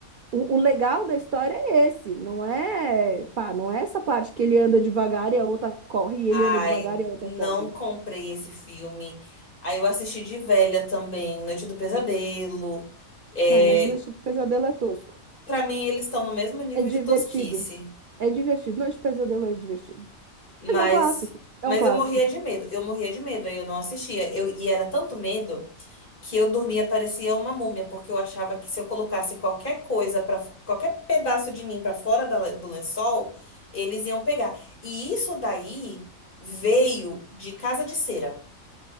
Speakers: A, on the right; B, on the left.
A: O, o legal da história é esse, não é, pá, não é essa parte que ele anda devagar e a outra corre, e
B: Ai,
A: ele anda devagar e a outra
B: não
A: corre.
B: comprei esse filme. Aí eu assisti de velha também, Noite do Pesadelo. É,
A: Não, mas Noite do Pesadelo é tosco.
B: Pra mim, eles estão no mesmo nível
A: É divertido.
B: de tosquice,
A: É divertido. Noite do Pesadelo é divertido.
B: mas
A: Mas é um clássico. É
B: mas
A: um clássico.
B: eu morria de medo. Eu morria de medo, aí eu não assistia. Eu e era tanto medo que eu dormia parecia uma múmia, porque eu achava que se eu colocasse qualquer coisa para qualquer pedaço de mim pra fora da le- do lençol, eles iam pegar. E isso daí veio de Casa de Cera,